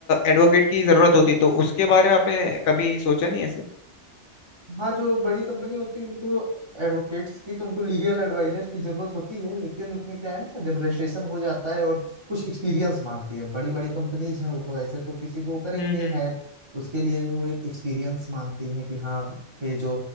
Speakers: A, on the left; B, on the right.
A: एडवोकेट की जरूरत होती तो उसके बारे में आपने कभी सोचा नहीं ऐसे
B: हाँ जो बड़ी कंपनी होती है उनको एडवोकेट्स की तो उनको लीगल एडवाइजर की जरूरत होती है लेकिन उसमें क्या है ना जब रजिस्ट्रेशन हो जाता है और कुछ एक्सपीरियंस मांगती है बड़ी बड़ी कंपनीज हैं वो तो ऐसे तो किसी को करेंगे
A: हम्म
B: नहीं
A: हम्म
B: हायर उसके लिए भी वो एक एक्सपीरियंस मांगती हैं कि हाँ ये जो